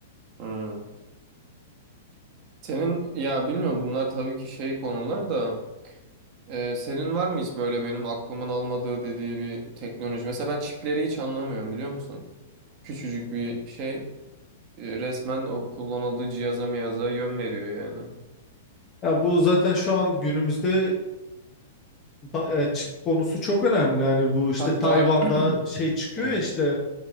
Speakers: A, on the right; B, on the left.
A: Hmm. Senin ya bilmiyorum bunlar tabii ki şey konular da. Ee, senin var mı hiç böyle benim aklımın almadığı dediği bir teknoloji? Mesela ben çipleri hiç anlamıyorum biliyor musun? Küçücük bir şey e, resmen o kullanıldığı cihaza miyaza yön veriyor yani.
B: Ya bu zaten şu an günümüzde ba- e, çip konusu çok önemli. Yani bu işte
A: Hatta
B: Tayvan'da
A: <clears throat>
B: şey çıkıyor
A: evet,
B: ya işte